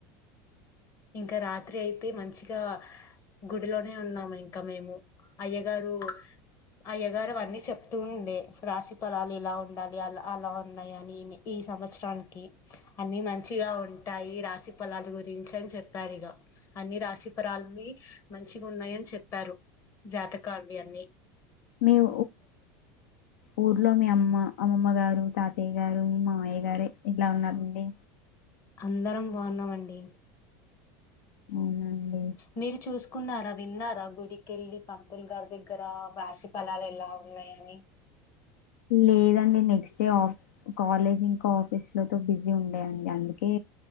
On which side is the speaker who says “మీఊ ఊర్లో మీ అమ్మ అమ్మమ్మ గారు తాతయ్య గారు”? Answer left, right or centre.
Left